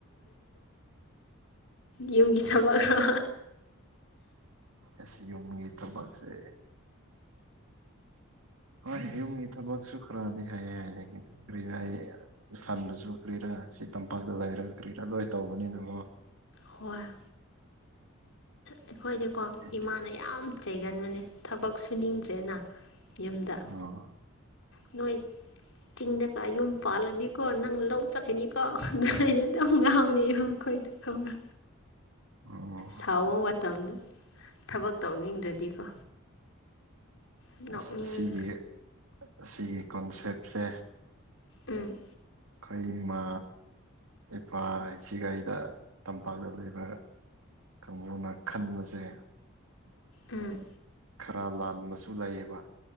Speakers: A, on the left; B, on the right.
A: ꯌꯨꯝꯒꯤ ꯊꯕꯛ꯭ꯔꯣ
B: ꯑꯁꯤ ꯌꯨꯝꯒꯤ ꯊꯕꯛꯁꯦ ꯍꯣꯏ ꯌꯨꯝꯒꯤ ꯊꯕꯛꯁꯨ ꯈꯔꯗꯤ ꯍꯥꯏꯌꯦ ꯍꯥꯏꯌꯦ ꯀꯔꯤ ꯍꯥꯏ ꯏꯊꯟꯗꯁꯨ ꯀ꯭ꯔꯤꯔꯥ ꯁꯤ ꯇꯝꯄꯥꯛꯇ ꯂꯩꯔ ꯀ꯭ꯔꯤꯔꯥ ꯂꯣꯏ ꯇꯧꯕꯅꯤꯅꯀꯣ
A: ꯍꯔ ꯑꯩꯈꯣꯏꯗꯤꯀꯣ
B: ꯍꯥꯏꯗꯤ
A: ꯏꯃꯥꯅ ꯌꯥꯝ ꯆꯩꯒꯟꯕꯅꯦ ꯊꯕꯛ ꯁꯨꯅꯤꯡꯗ꯭ꯔꯦꯅ ꯌꯨꯝꯗ
B: ꯑꯣ
A: ꯅꯣꯏ ꯆꯤꯡꯗꯀ ꯌꯨꯝ ꯄꯥꯜꯂꯗꯤꯀꯣ ꯅꯪ ꯂꯧ ꯆꯠꯀꯅꯤꯀꯣ ꯑꯗꯨꯃꯥꯏꯅ ꯑꯗꯨꯝ ꯉꯥꯎꯅꯦꯕ ꯑꯩꯈꯣꯏꯗꯣ ꯍꯧꯅ
B: ꯑꯣ
A: ꯁꯥꯎꯕ ꯃꯇꯝꯗ ꯊꯕꯛ ꯇꯧꯅꯤꯡꯗ꯭ꯔꯗꯤꯀꯣ ꯅꯣꯛꯅꯤꯡ
B: ꯑꯁ ꯑꯁꯤꯒꯤ ꯑꯁꯤꯒꯤ ꯀꯣꯟꯁꯦꯞꯁꯦ
A: ꯎꯝ
B: ꯑꯩꯈꯣꯏ ꯏꯃꯥ ꯏꯄꯥ ꯏꯁꯤꯒ ꯑꯩꯗ ꯇꯝꯄꯥꯛꯇ ꯂꯩꯕ ꯀꯥꯡꯕꯨꯅ ꯈꯟꯕꯁꯦ
A: ꯎꯝ
B: ꯈꯔ ꯂꯥꯟꯕꯁꯨ ꯂꯩꯌꯦꯕ